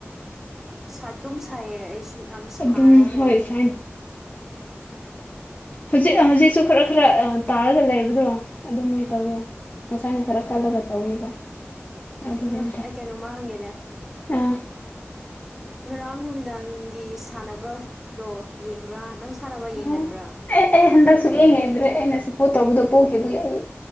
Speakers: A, in the centre; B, on the left (about 35°).
A: ꯁꯥꯗꯨꯝ ꯁꯥꯏꯌꯦ ꯑꯩꯁꯨ ꯌꯥꯝ ꯁꯥꯔꯒ
B: ꯑꯗꯨꯝ
A: ꯂꯩꯔꯤꯁꯤꯅꯤ
B: ꯍꯣꯏ ꯁꯥꯏꯟ ꯍꯧꯖꯤꯛ ꯍꯧꯖꯤꯛꯁꯨ ꯈꯔ ꯈꯔ ꯇꯥꯔꯒ ꯂꯩꯕꯗꯣ ꯑꯗꯨꯃꯥꯏ
A: ꯎꯝ
B: ꯇꯧꯋꯦ ꯉꯁꯥꯏꯅ ꯈꯔ
A: ꯎꯝ
B: ꯀꯜꯂꯒ ꯇꯧꯋꯦꯕ ꯑꯗꯨꯒꯤꯅꯤꯗ
A: ꯑꯗꯣ ꯑꯩ ꯀꯩꯅꯣꯝꯃ ꯍꯪꯒꯦꯅꯦ
B: ꯑꯥ
A: ꯉꯔꯥꯡ ꯅꯨꯃꯤꯗꯥꯡꯒꯤ ꯁꯥꯟꯅꯕꯗꯣ ꯌꯦꯡꯕ꯭ꯔꯥ ꯅꯪ ꯁꯥꯟꯅꯕ
B: ꯑꯣ
A: ꯌꯦꯡꯒꯟꯕ꯭ꯔꯥ
B: ꯑꯦ ꯑꯩ ꯍꯟꯗꯛ ꯁꯨꯛꯌꯦꯡ ꯌꯦꯡꯗ꯭ꯔꯦ ꯑꯩꯅ ꯁꯄꯣꯠ ꯇꯧꯕꯗꯣ ꯄꯣꯈꯤꯕꯒꯤ ꯑꯩ